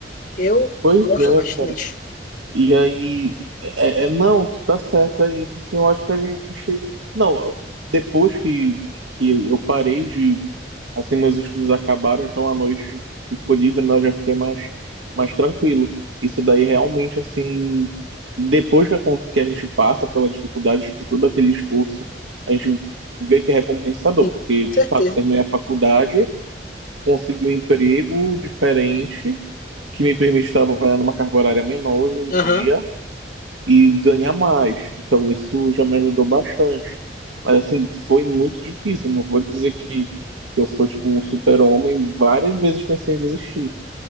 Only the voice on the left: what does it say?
Eu
gosto
bastante,
Sim,
com
certeza.
Aham.